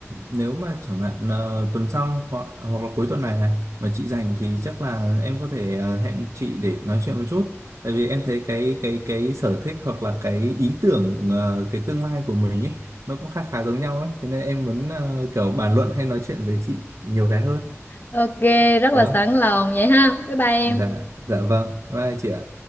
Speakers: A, on the right; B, on the left.
A: nếu mà chẳng hạn ờ, tuần sau hoặc hoặc là cuối tuần này này mà chị rảnh thì chắc là em có thể ờ, hẹn chị để nói chuyện một chút. Tại vì em thấy cái cái cái sở thích hoặc là cái ý tưởng ờ, cái tương lai của mình ấy nó cũng khá khá giống nhau ấy. Thế nên em muốn ờ, kiểu bàn luận hay nói chuyện với chị nhiều cái hơn,
B: ok rất là
A: được không?
B: sẵn lòng vậy ha bye bye em
A: Dạ dạ vâng. Bye chị ạ.